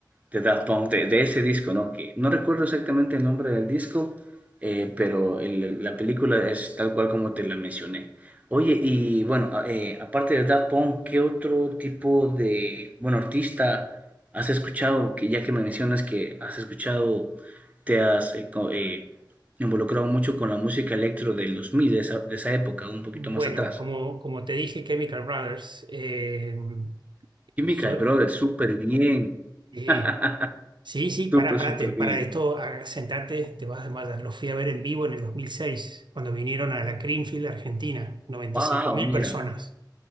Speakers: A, on the right (about 20°); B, on the right (about 75°).
A: de Daft Punk, de, de ese disco, ¿no? Que no recuerdo exactamente el nombre del disco, eh, pero el- la película es tal cual como te la mencioné. Oye, y bueno, a- eh, aparte de Daft Punk, ¿qué otro tipo de, bueno, artista has escuchado? Que ya que me mencionas que has escuchado, te has eh, co- eh, involucrado mucho con la música electro del dos mil de esa, de esa época, un poquito
B: Bueno,
A: más atrás.
B: como, como te dije, Chemical Brothers, eh,
A: Chemical
B: yo
A: Brothers, súper bien.
B: Sí,
A: <laughs>
B: sí, sí, para,
A: Súper,
B: para,
A: súper
B: te- para
A: bien.
B: esto, ah, sentate, te vas a desmayar. Los fui a ver en vivo en el 2006 cuando vinieron a la Creamfield, Argentina, noventa
A: Wow,
B: y cinco mil
A: mira.
B: personas.